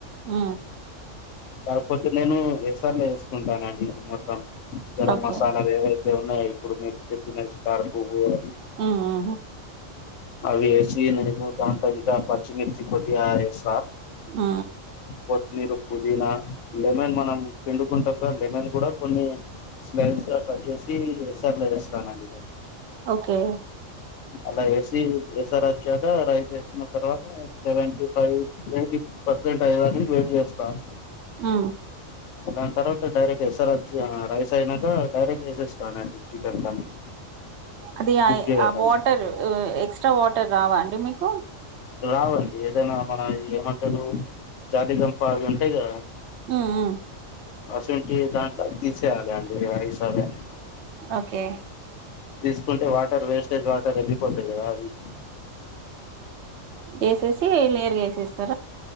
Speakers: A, on the right; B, on the left.
A: ఉ
B: కాకపోతే నేను ఏసార్లు వేసుకుంటానండి మొత్తం గరం
A: ఓకే
B: మసాలాలు ఏవైతే ఉన్నాయి ఇప్పుడు మీరు చెప్పినది స్టార్ పువ్వు అది
A: ఆ ఆ
B: అవి వేసి నేను దాంట్లో ఇంకా పచ్చిమిర్చి కొద్దిగా వేస్తా
A: ఆ
B: కొత్మీరూ పుదీనా లెమన్ మనం పిండుకుంటాం కద లెమన్ కూడా కొన్ని స్మెల్స్ గా కట్ చేసి ఎసర్లే వస్తారనండి నేను
A: ఓకే
B: అలా ఎసి ఎస్సర్ వచ్చాక రైస్ ఎసిన తర్వాత సెవెటి ఫైవ్ ఎయిటీ పర్సెంట్ అఐనికి వెయిట్ చేస్తాను
A: ఆ
B: దాని తర్వాత డైరెక్ట్ ఎస్ఆర్హెచ్ రైస్ అయినాక డైరెక్ట్ వేసేస్తానండి చికెన్ కానీ <inaudible>
A: అది
B: చేయదాన్ని
A: ఆ వాటర్ ఎక్స్ట్రా వాటర్ రావా అండి మీకు
B: రావండి ఏదైనా మన ఏమంటారు జాతి గంప అవి ఉంటాయి కదా
A: ఉ ఉ
B: అసంటి దాంట్లో తీసేయాలి అండి ఐస్ అవని
A: ఓకే
B: తీసుకుంటే వాటర్ వేస్టేజ్ వాటర్ వెళ్ళిపోతాయి కదా అవి
A: చేసేసి నేరుగా వేసేస్తారా